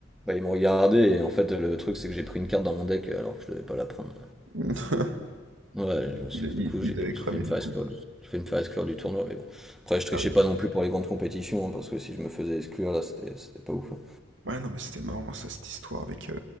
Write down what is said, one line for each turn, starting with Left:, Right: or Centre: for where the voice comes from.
Centre: Bah, il me regardait, et en fait, le truc, c'est que j'ai pris une carte dans mon deck, alors que je devais pas la prendre.
Right: <laughs>
Centre: Ouais, je me suis,
Right: Il,
Centre: du
Right: il,
Centre: coup,
Right: il
Centre: j'ai
Right: t'avait
Centre: j'ai
Right: cramé,
Centre: failli me
Right: du
Centre: faire
Right: coup.
Centre: exclure du, j'ai fait me faire exclure du tournoi, mais bon. Après, je trichais
Right: Ah oui.
Centre: pas non plus pour les grandes compétitions, hein, parce que si je me faisais exclure, là, c'était c'était pas ouf. hein.
Right: Ouais, non, mais c'était marrant, ça, cette histoire avec... euh,